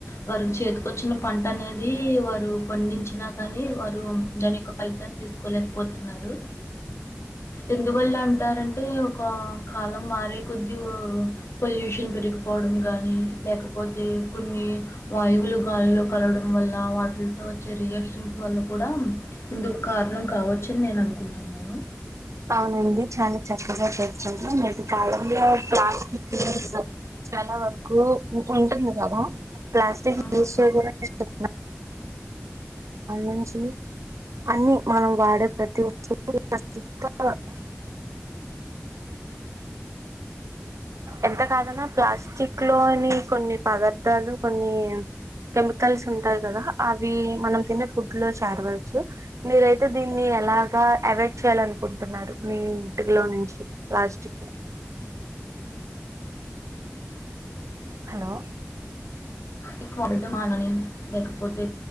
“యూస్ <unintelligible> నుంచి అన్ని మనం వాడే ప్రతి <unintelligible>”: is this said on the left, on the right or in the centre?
Right